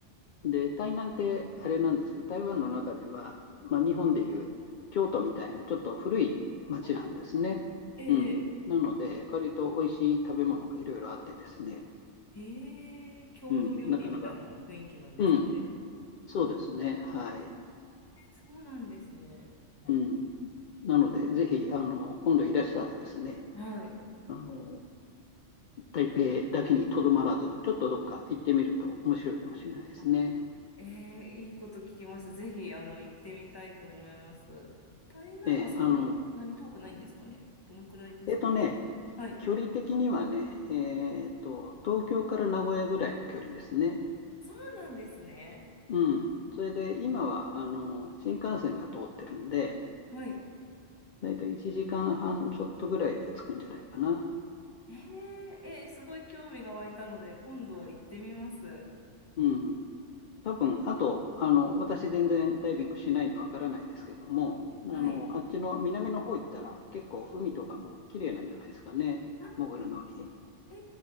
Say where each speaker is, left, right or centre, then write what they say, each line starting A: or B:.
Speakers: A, on the left; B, on the left.
A: で、台南ってあれなんですよ。台湾の中では、まあ、日本でいう京都みたいなちょっと古い町なんですね。
B: おお、えええ
A: うん。なので、割と美味しい食べ物がいろいろあってですね。
B: ええ郷土料理みたいな雰囲気なんですかね。
A: うん。なかなか、うん。そうですね。はい。
B: えーそうなんですね。
A: うん。なので、ぜひ、あの、今度いらしたらですね、
B: はい。
A: あの、台北だけにとどまらず、ちょっとどっか行ってみると面白いかもしれないですね。
B: あ、ええいいこと聞きました。ぜひ、あの、行ってみたいと思います。台南はそんなに遠くないんですかね。
A: ええあの、
B: どのくらいですか、
A: えっとね、
B: 台はい。
A: 距離的にはね、えーっと、東京から名古屋ぐらいの距離ですね。
B: そうなんですね。
A: うん。それで、今は、あの、新幹線が通ってるんで、
B: はい。
A: だいたい1時間半ちょっとぐらいで着くんじゃないかな。
B: えええーすごい興味が湧いたので、今度行ってみます。
A: うん。多分、あと、あの、私全然ダイビングしないんでわからないですけども、あの、
B: はい。
A: あっちの南の方行ったら結構海とかも綺麗なんじゃないですかね。
B: あ、
A: 潜るのに。
B: え